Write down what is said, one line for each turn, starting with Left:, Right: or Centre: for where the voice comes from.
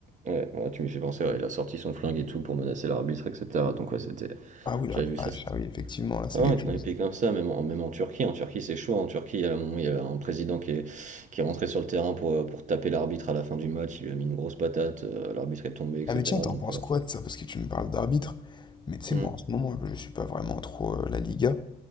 Right: Ouais, voilà, tu m'y fais penser, ouais, il a sorti son flingue et tout pour menacer l'arbitre, etc. Donc, ouais, c'était.
Left: Ah oui, la
Right: J'avais vu
Left: vache,
Right: ça.
Left: ah oui, effectivement, là, c'est
Right: Ah
Left: quelque
Right: ouais, dans
Left: chose.
Right: les pays comme ça, même en, même en Turquie, en Turquie c'est chaud, en Turquie à un moment il y a un président qui est, qui est rentré sur le terrain pour, euh, pour taper l'arbitre à la fin du match, il lui a mis une grosse patate, euh, l'arbitre est tombé, etc.
Left: Ah mais tiens, t'en
Right: Donc,
Left: penses
Right: euh,
Left: quoi de ça? Parce que tu me parles d'arbitre. Mais tu sais,
Right: hmm,
Left: moi en ce moment, je suis pas vraiment trop euh, la Liga.